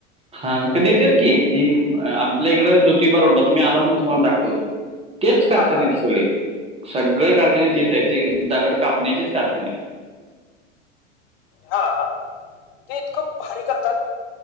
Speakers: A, on the right; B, on the left.
A: हां कां देतेत की की आपल्या इकडें ज्योतिबार उडलां तुम्हीं आलांत नां तुम्हांला दाखवतो की तेचं कारखांने
B: हा हा
A: आहेत सगळे सगळे कारखांने तेचं आहेतं. ते दगंड कापण्यांचेच कारखांने आहेतं.
B: हां हां ते इतकं भारी करतांत.